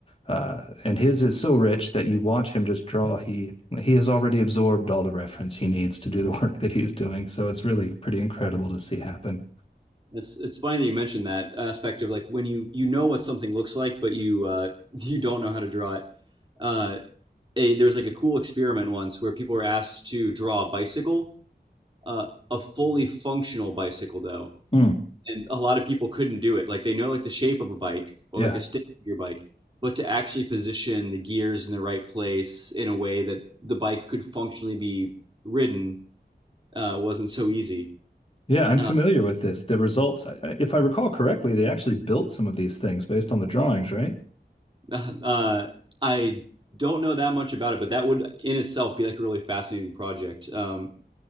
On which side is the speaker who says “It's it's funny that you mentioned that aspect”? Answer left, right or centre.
Right